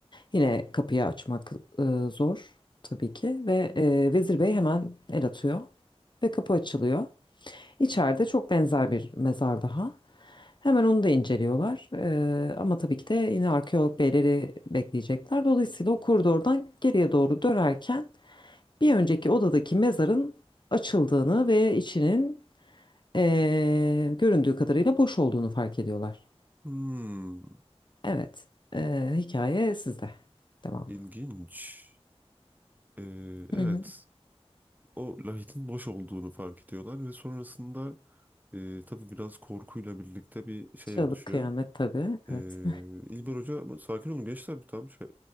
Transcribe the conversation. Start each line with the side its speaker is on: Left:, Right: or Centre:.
Left: Yine kapıyı açmak e, zor tabii ki ve e, Vezir Bey hemen el atıyor ve kapı açılıyor. İçeride çok benzer bir mezar daha. Hemen onu da inceliyorlar E, ama tabii ki de yine arkeolog beyleri bekleyecekler. Dolayısıyla o koridordan geriye doğru dönerken bir önceki odadaki mezarın açıldığını ve içinin e, göründüğü kadarıyla boş olduğunu fark ediyorlar.
Right: Hmm,
Left: Evet, e, hikaye sizde. Devam.
Right: ilginç. Ee, evet.
Left: Hı hı.
Right: o lahitin boş olduğunu fark ediyorlar ve sonrasında e, tabii biraz korkuyla birlikte bir şey
Left: Çığlık
Right: oluşuyor.
Left: kıyamet tabii.
Right: E,
Left: Evet.
Right: İlber Hoca ama sakin olun gençler tam şey,